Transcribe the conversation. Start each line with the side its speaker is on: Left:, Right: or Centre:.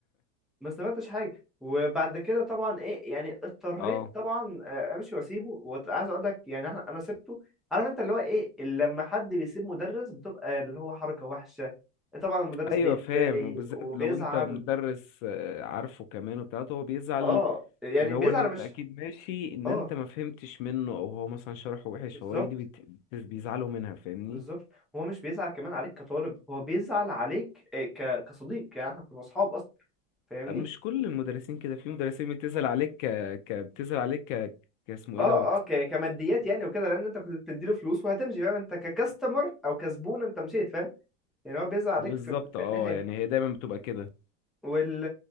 Centre: ما استفدتش حاجه وبعد كده طبعا ايه يعني اضطريت
Left: اه
Centre: طبعا آه، امشي واسيبه وعايز اقول لك يعني انا أنا سبته عارف انت اللي هو ايه لما حد بيسيب مدرس بتبقى اللي هو حركه وحشه طبعا المدرس
Left: ايوه
Centre: بيتضايق
Left: فاهم وبالذات
Centre: وبيزعل
Left: لو انت مدرس آه، عارفه كمان وبتاعته هو بيزعل
Centre: اه يعني
Left: اللي
Centre: بيزعل
Left: هو ان انت
Centre: مش
Left: اكيد ماشي ان
Centre: اه
Left: انت ما فهمتش منه او هو مثلا شرحه وحش
Centre: بالظبط
Left: فهو دي بت- بيزعلوا منها فاهمني
Centre: بالظبط هو مش بيزعل كمان عليك كطالب هو بيزعل عليك آه، ك... كصديق يعني احنا كنا اصحاب اصلا فاهمني
Left: مش كل المدرسين كده في مدرسين بتسأل عليك ك... ك... بتسأل عليك ك... كاسمه
Centre: اه
Left: ايه دوت
Centre: اه ك... كماديات يعني وكده لان انت كنت بتديله فلوس وهتمشي فاهم انت ككاستمر او كزبون انت مشيت فاهم يعني هو بيزعل عليك
Left: بالظبط
Centre: في, في
Left: اه
Centre: الناحيه دي
Left: يعني هي دايما بتبقى كده
Centre: وال